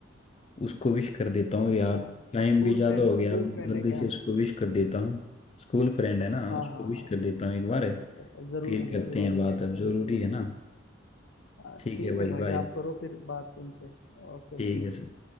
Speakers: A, on the left; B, on the left.
A: उसको विश कर देता हूँ
B: अच्छा
A: यार टाइम
B: स्कूल
A: भी ज्यादा
B: फ्रेंड
A: हो गया
B: स्कूल फ्रेंड
A: जल्दी
B: है क्या
A: से उसको विश कर देता हूँ स्कूल फ्रेंड है ना
B: हाँ
A: उसको
B: हाँ
A: विश
B: हाँ
A: कर देता हूँ एक बार
B: अच्छा अच्छा अच्छा जरूरी
A: फिर
B: है
A: करते
B: जरूरी
A: हैं बात
B: है
A: अब जरूरी
B: ये तो जरूरी
A: है ना
B: है हाँ,
A: ठीक
B: ठीक
A: है भाई
B: है भाई
A: बाय
B: आप करो फिर बात उनसे ओके
A: ठीक
B: भाई
A: है सर।